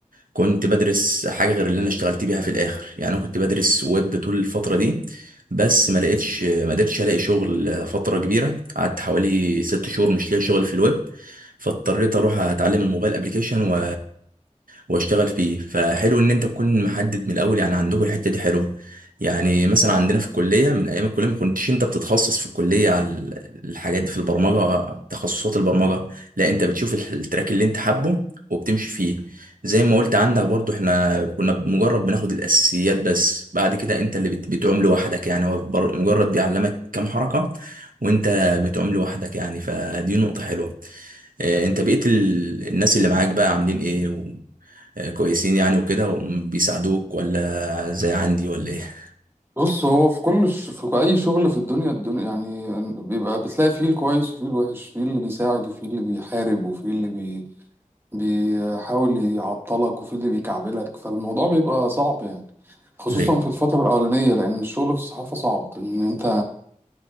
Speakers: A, on the right; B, on the right.
A: كنت بدرس حاجه غير اللي انا اشتغلت بيها في الاخر يعني انا كنت بدرس ويب طول الفتره دي بس ما لقيتش ما قدرتش الاقي شغل آه، فتره كبيره قعدت حوالي ست شهور مش لاقي شغل في الويب فاضطريت اروح اتعلم الموبايل ابليكيشن و... واشتغل فيه فحلو ان انت تكون محدد من الاول يعني عندكم الحته دي حلوه يعني مثلا عندنا في الكلية من أيام الكلية ما كنتش أنت بتتخصص في الكلية على ال- الحاجات دي في البرمجة تخصصات البرمجة لا أنت بتشوف الح- التراك اللي أنت حابه وبتمشي فيه زي ما قلت عندك برضو إحنا كنا مجرد بناخد الأساسيات بس بعد كده أنت اللي بت- بتعوم لوحدك يعني هو بر- مجرد بيعلمك كام حركة وأنت بتعوم لوحدك يعني فدي نقطة حلوة آه، أنت بقيت ال- الناس اللي معاك بقى عاملين إيه و- آه، كويسين يعني وكده وبيساعدوك ولا زي عندي ولا إيه
B: بص هو في كل ش... في اي شغل في الدنيا الدنيا يعني بيبقى بتلاقي فيه الكويس وفيه الوحش فيه اللي بيساعد وفيه اللي بيحارب وفيه اللي بي... بيحاول يعطلك وفيه اللي بيكعبلك فالموضوع بيبقى صعب يعني خصوصا
A: ايوه
B: في الفترة الأولانية لأن الشغل في الصحافة صعب إن أنت